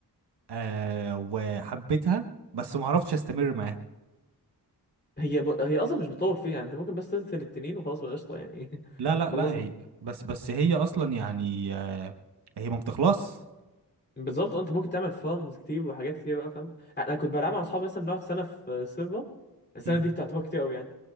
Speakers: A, on the right; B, on the left.
A: آه وحبيتها بس ما عرفتش استمر معاها
B: هي ب... هي اصلا مش بتطول فيها انت ممكن بس تقتل التنين وخلاص بقى قشطه يعني
A: لا
B: <laughs>
A: لا
B: خلصنا
A: لا هي بس بس هي اصلا يعني آه، هي ما بتخلص
B: بالظبط انت ممكن تعمل فارمز كتير وحاجات كتير بقى فاهم انا كنت بلعب مع اصحابي مثلا نقعد سنه في سيرفر السنه
A: مم.
B: دي تعتبر كتير قوي يعني